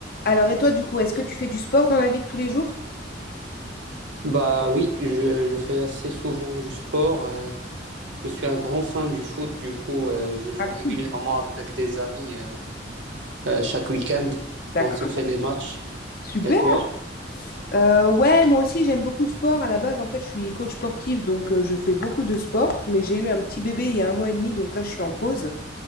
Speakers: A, on the left (about 55°); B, on the right (about 80°).
A: Alors, et toi, du coup, est-ce que tu fais du sport dans la vie de tous les jours?
B: Bah oui, je, je fais assez souvent du sport. euh, je suis un grand fan du foot, du coup, euh, je joue
A: Ah,
B: régulièrement
A: cool.
B: avec des amis euh, euh, chaque week-end.
A: D'accord.
B: On se fait des matchs.
A: Super.
B: Et toi?
A: Euh, ouais, moi aussi, j'aime beaucoup le sport. À la base, en fait, je suis coach sportive donc euh, je fais beaucoup de sport. Mais j'ai eu un petit bébé il y a un mois et demi, donc là, je suis en pause.